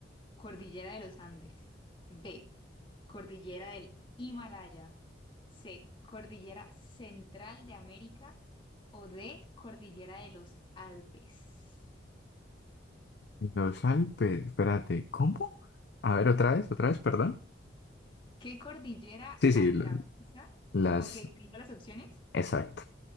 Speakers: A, on the left; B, on the left.
A: Cordillera de los Andes. B, Cordillera del Himalaya. C, Cordillera Central de América. O D, Cordillera de los Alpes.
B: Y Los Alpes, espérate, ¿cómo? A ver, otra vez, otra vez, perdón.
A: ¿Qué cordillera
B: Sí, sí,
A: atraviesa?
B: lo- las,
A: Ok, ¿te digo las opciones?
B: exacto.